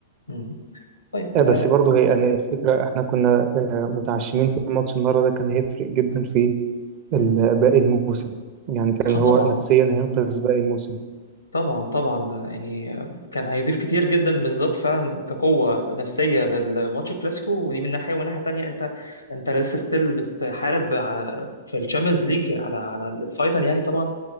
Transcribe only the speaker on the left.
مم. طيب
ها-
كويس
مم.
اه طبعا
طبعا طبعا يعني كان هيضيف كتير جدا بالذات فعلا كقوة نفسية للماتش الكلاسيكو ودي من ناحية ومن ناحية تانية انت انت لسه ستيل بتحارب ع- في الشامبيونز ليج على على الفاينل يعني طبعا